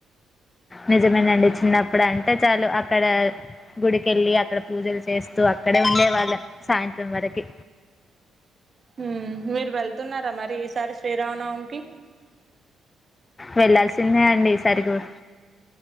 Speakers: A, on the left; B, on the right.
A: నిజమేనండి చిన్నప్పుడు అంటే చాలు అక్కడ గుడికెళ్ళి అక్కడ పూజలు చేస్ తు అక్కడే ఉండే వాళ్ళ సాయంత్రం వరక్ కి
B: హమ్ మీరు వెళ్తున్నారా మరి ఈసారి శ్రీరామనవమికి
A: వెళ్ళాల్సిందే అండి ఈసారి కూడ్